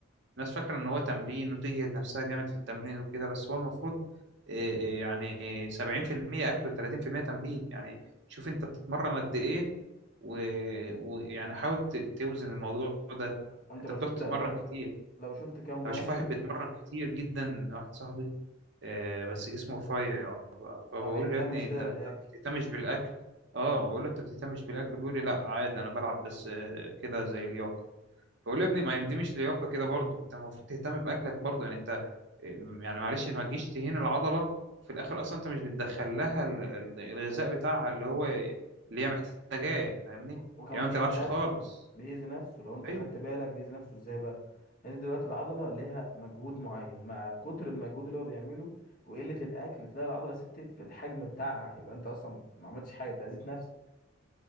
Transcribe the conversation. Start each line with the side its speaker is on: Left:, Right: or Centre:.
Right: الناس فاكره ان هو تمرين وتجهد نفسها جامد في التمرين وكده بس هو المفروض إيه إيه يعني 70% اكل و30% تمرين يعني شوف انت بتتمرن قد ايه ويعني و... ويعني حاول ت- توزن الموضوع ده
Left: انت
Right: انت
Left: لو
Right: بتقعد
Left: شفت
Right: تتمرن
Left: اه
Right: كتير
Left: لو شفت كام واحد
Right: انا بشوف واحد بيتمرن كتير جدا واحد صاحبي آه، بس جسمه رفيع فبقول
Left: ما بيهتمش
Right: له يا ابني
Left: كده
Right: انت انت
Left: بالاكل
Right: ما بتهتمش بالاكل اه ما بقول له انت ما بتهتمش بالاكل بيقول لي لا عادي انا بلعب بس آه، كده زي لياقه بقول له يا ابني ما هي دي مش لياقه كده برضه انت المفروض تهتم باكلك برضه يعني انت آه، يعني معلش ما تجيش تهين العضله في الاخر اصلا انت مش بتدخل لها ال- ال- الغذاء بتاعها اللي هو اللي هي محتاجاه فاهمني
Left: وكمان
Right: يعني ما
Left: بيأذي
Right: بتلعبش
Left: نفسه
Right: خالص
Left: بيأذي نفسه لو انت
Right: ايوه
Left: خدت بالك بيأذي نفسه ازاي بقى انت دلوقتي العضله ليها مجهود معين مع كتر المجهود اللي هو بيعمله وقله الاكل تلاقي العضله ستت في الحجم بتاعها يبقى انت اصلا ما عملتش حاجه انت اذيت نفسك